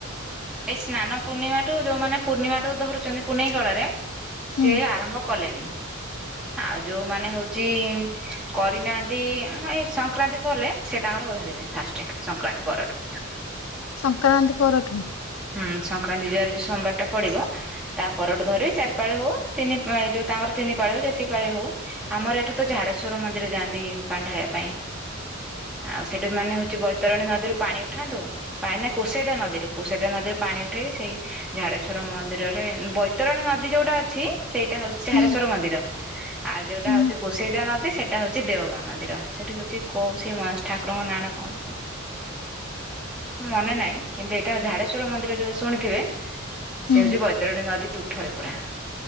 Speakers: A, in the centre; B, on the left.
A: ଏଇ ସ୍ନାନ ପୂର୍ଣ୍ଣିମାଠୁ, ଯୋଉମାନେ ପୂର୍ଣ୍ଣିମାଠୁ ଧରୁଛନ୍ତି ପୁନେଇଁ କଳାରେ ସିଏ
B: ହୁଁ
A: ଆରମ୍ଭ କଲେଣି। ଆଉ ଯୋଉମାନେ ହଉଛି କରିନାହାଁନ୍ତି ଏଁ ସଂକ୍ରାନ୍ତି କଲେ, ସେ ତାଙ୍କର ହ ଧରିବେ ଫାଷ୍ଟେ ସଂକ୍ରାନ୍ତି ପରଠୁ।
B: ସଂକ୍ରାନ୍ତି ପରଠୁ?
A: ହୁଁ। ସଂକ୍ରାନ୍ତି ଯୁଆରେ ଯୋଉ ସୋମବାରଟା ପଡିବ ତାପରଠୁ ଧରିିବେ, ଚାରି ପାଳି ହଉ ତିନି ଏଇ ଯୋଉ ତାଙ୍କର ତିନି ପାଳି ହଉ, ଯେତିକି ପାଳି ହଉ ଆମର ଏଠୁ ତ ଝାଡେଶ୍ଵର ମନ୍ଦିର ଯାଆନ୍ତି, ପାଣି ଢାଳିବା ପାଇଁ। ଆଉ ସେଠି ମାନେ ହଉଛି ବୈତରଣୀ ନଦୀରୁ ପାଣି ଉଠାନ୍ତୁ, ପାଏ ନା କୋଷେଇଟା ନଦୀରୁ କୋଷେଇ ସେଦାଇ ନଦୀରୁ ପାଣି ଉଠେଇକି, ସେଇ ଝାଡେଶ୍ୱର ମନ୍ଦିରରେ ଯୋଉ ବୈତରଣୀ ନଦୀ ଯୋଉଟା ଅ ଅଛି ସେଇଟା ହଉଛି ଝାଡେଶ୍ଵର
B: ହୁଁ
A: ମନ୍ଦିର, ଆଉ ଯୋଉଟା
B: ହୁଁ
A: ହଉଛି କୋସେଇଦା ନଦୀ ସେଟା ସେଟା ହଉଛି ଦେଓଗାଁ ମନ୍ଦିର। ସେଠି ହଉଛି କୋଉ ସେ ମ ଠାକୁରଙ୍କ ନାଁଟା କଣ? ମନେ ନାହିଁ କିନ୍ତୁ ଏଇଟା ଝାଡେଶ୍ଵର ମନ୍ଦିର ଯୋଉ ଶୁଣିଥିବେ, ସେ
B: ହୁଁ
A: ହଉଛି ବୈତରଣୀ ନଦୀ ତୁଠରେ ପୁରା।